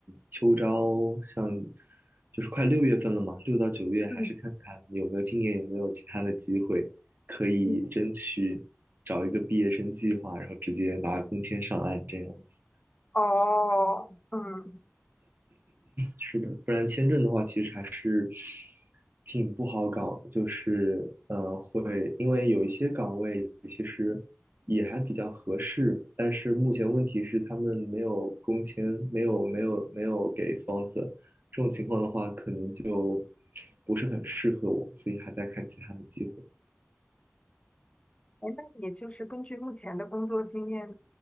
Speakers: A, on the right (about 45°); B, on the left (about 25°).
A: 秋招，像就是快六月份了嘛，六到九月还是看看有没有今年有没有其他的机会可以争取找一个毕业生计划，
B: 嗯嗯，
A: 然后直接拿工签上岸这样子。
B: 哦，嗯，
A: 是的，不然签证的话，其实还是挺不好搞的，就是呃，会因为有一些岗位其实也还比较合适，但是目前问题是他们没有工签，没有没有没有给 sponsor，这种情况的话，可能就不是很适合我，所以还在看其他的机会。
B: 哎，那你就是根据目前的工作经验，